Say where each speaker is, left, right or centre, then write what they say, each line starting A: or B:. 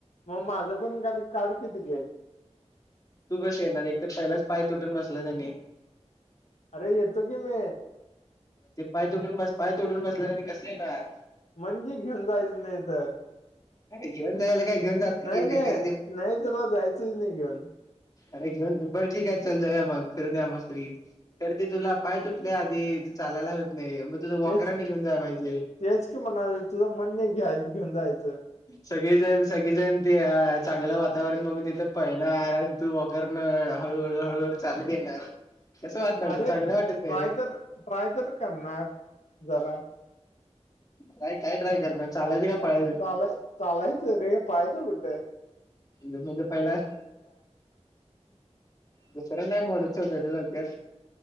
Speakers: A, on the left; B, on the left.
A: मग माझं पण का... काढ की तिकीट
B: तू कशी येणार.. एक तर पहिलाच पाय तुटून बसला आणी.
A: अरे.. येतो की मी
B: ते पाय तुटून बस.. पाय तोडून बसल्यावर आणि कस काय येणार?
A: म्हणजे घेऊन जायचं नाही तर,
B: अरे घेऊन जायला काय घेऊन जात
A: नाय..
B: की
A: नाय..
B: बेकार ते
A: नाय तुला जायचंच नाही घेऊन.
B: अरे, घेऊन.. बरं ठीक आहे चल जाऊया मग फिरनयुया मस्त पैकी तर ते तुला पाय तुटले आधी चालायला होत नाही मग तुझं वॉकरान
A: तेच..
B: घेऊन जाय पाहिजे
A: तेच कि म्हणालो तुझ मन नाही घ्या.. घेऊन जायचं.
B: सगळीजण सगळीजण त अ चांगलं वातावरण मग तिथं पहि ना आराम. तू वॉकर न हळूहळू हळूळू चालत येणार कसं वाटणार
A: अरे
B: त चांगलं
A: ट्राय
B: वाटत नाही रे.
A: तर ट्राय तर करणार जरा
B: काय काय ट्राय करणार. चालायच का पळायच
A: चाल चालायचं रे पळायचं कुठं?
B: बघ नाही तर पहिला दुसर नाही मोडत चल लवकर.